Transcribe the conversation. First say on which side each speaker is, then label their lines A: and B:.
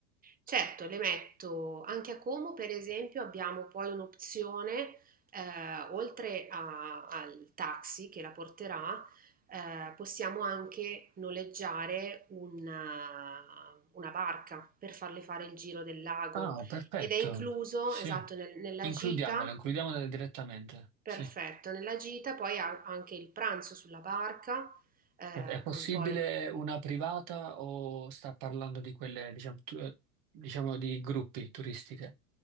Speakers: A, on the right (about 20°); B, on the right (about 45°).
A: Certo, le metto anche a Como, per esempio, abbiamo poi un'opzione, eh, oltre a- al taxi che la porterà, eh, possiamo anche noleggiare una, una barca per farle fare il giro del lago
B: Ah, perfetto,
A: ed è incluso,
B: sì,
A: esatto, nel- nella
B: includiamolo,
A: gita,
B: includiamolo direttamente,
A: perfetto,
B: sì.
A: nella gita poi ha anche il pranzo sulla barca, eh,
B: È è possibile
A: con poi
B: una privata o sta parlando di quelle, diciamo, tu- eh, diciamo di gruppi turistiche?